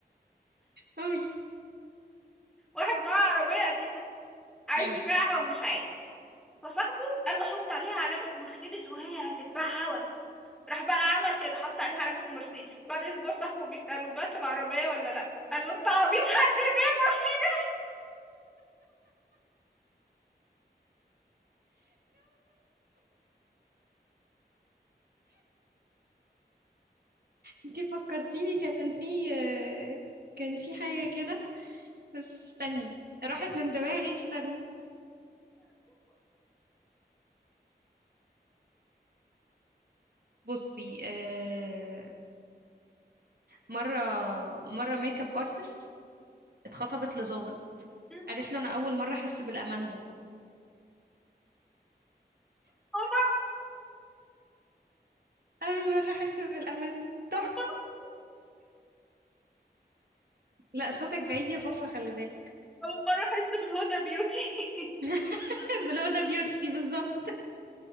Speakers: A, on the right; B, in the centre.
A: قولي
B: واحد معاه عربية قديمة عايز
A: مم.
B: يبيعها ومش عارف فصاحبه قال له حط عليها علامة مرسيدس وهي هتتباع هوا راح بقى عمل كده حط عليها علامة مرسيدس بعد اسبوع صاحبه بيسأله بات العربية ولا لا قال له انت عبيط حد يبيع مرسيدس
A: انتي فكرتيني كان في آه، كان في حاجة كده بس استني راحت من دماغي استني بصي آه، مرة مرة ميك اب ارتست اتخطبت لظابط
B: <laughs>
A: قالت له انا اول مرة احس بالامان ده
B: اول مرة
A: اول مرة احس بالامان ده تحفة
B: اول مرة
A: لا صوتك بعيد يا فوفا خلي بالك
B: اول مرة احس بالهدى بيوتي <laughs>
A: <laughs> بلو ده بيوتي بالظبط